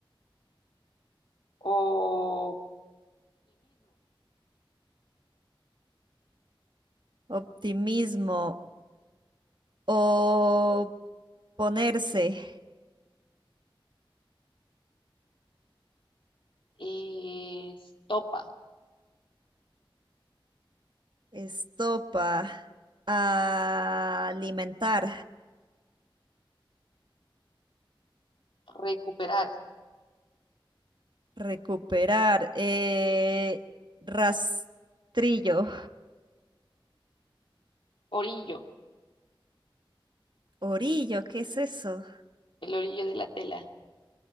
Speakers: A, on the left (about 70°); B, on the right (about 55°).
A: optimismo,
B: optimismo, o ponerse,
A: eh, estopa,
B: estopa, alimentar.
A: recuperar,
B: Recuperar. eh, rastrillo.
A: orillo,
B: Orillo, ¿qué es eso? <laughs>
A: el orillo de la tela,